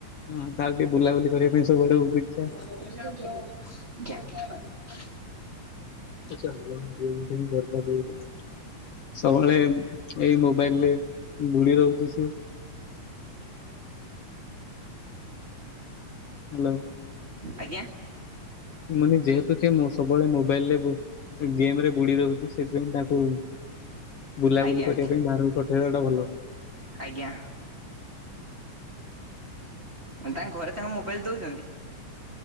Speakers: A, on the left; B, on the right.
A: ହଁ ତାର ବି ବୁଲାବୁଲି କରିବା ପାଇଁ ସବୁଆଡେ ବହୁତ ଇଚ୍ଛା।
B: <unintelligible>
A: <unintelligible> କେହି କରିପାରିବେନି। ସବୁବେଳେ ଏଇ ମୋବାଇଲରେ ବୁଡି ରହୁଚି ସିଏ। ହାଲୋ।
B: ଆଜ୍ଞା।
A: ମାନେ ଯେହେତୁ ଯେ ମୋ ସବୁବେଳେ ମୋବାଇଲରେ ବୁ ଗେମରେ ବୁଡି ରହୁଚି ସେଥିପାଇଁ ତାଙ୍କୁ ବୁଲାବୁଲି
B: ଆଜ୍ଞା
A: କରିବା ପାଇଁ ବାହାରକୁ ପଠେଇବା ଟା ଭଲ।
B: ଆଜ୍ଞା। ତାଙ୍କ ଘରେ ତାଙ୍କୁ ମୋବାଇଲ ଦଉଚନ୍ତି।